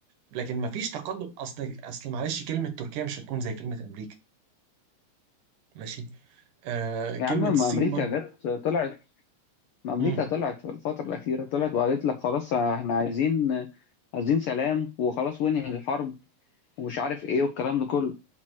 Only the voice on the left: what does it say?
يا عم
ما امريكا
جت طلعت ما امريكا
طلعت في الفتره الاخيره طلعت وقالت لك خلاص احنا عايزين عايزين سلام وخلاص وانهي الحرب ومش عارف ايه والكلام ده كله